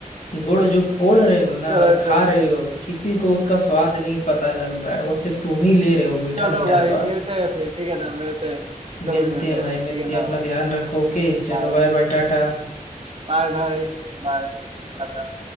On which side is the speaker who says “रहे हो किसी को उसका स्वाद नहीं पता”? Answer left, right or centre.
Left